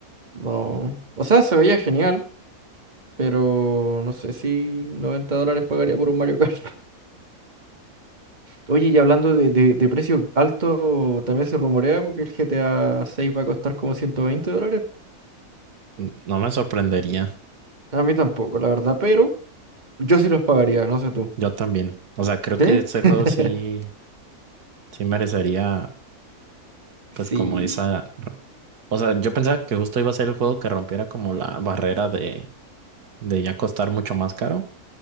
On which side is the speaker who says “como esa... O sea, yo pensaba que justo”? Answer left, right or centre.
Right